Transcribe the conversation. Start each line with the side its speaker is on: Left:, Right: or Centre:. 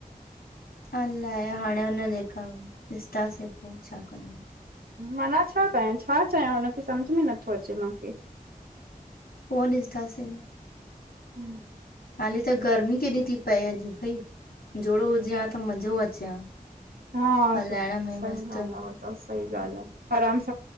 Left: अलाए हाणे हुन जे जेका, ॾिसतासीं पोइ छा करिणो?
Right: माना छा कयां, छा चयां हुनखे, समझ में नथो अचे मूंखे
Left: पोइ ॾिसंदास न
Right: हम्म
Left: हाली त गर्मी केॾी थी पए अॼु भई, जुड हुजे हा त मज़ो अचे हा।
Right: हा
Left: हलाइण
Right: सही
Left: में मस्तु
Right: ॻाल्ह आ, हो त सही ॻाल्हि आ, आराम स